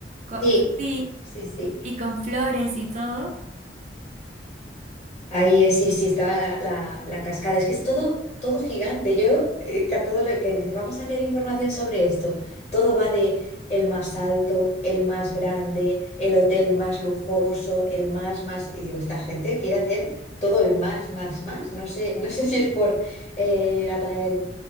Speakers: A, on the right; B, on the left.
A: con-
B: Sí,
A: sí
B: sí, sí.
A: y con flores y todo.
B: Ahí es, sí, sí, estaba la, la- la cascada. Es que es todo, todo gigante. Yo, eh, que a todo lo que dices, vamos a leer información sobre esto. Todo va de el más alto, el más grande, el hotel más lujoso, el más, más. Y digo, esta gente quiere hacer todo el más, más, más. No sé, no sé <laughs> si es por eh, atraer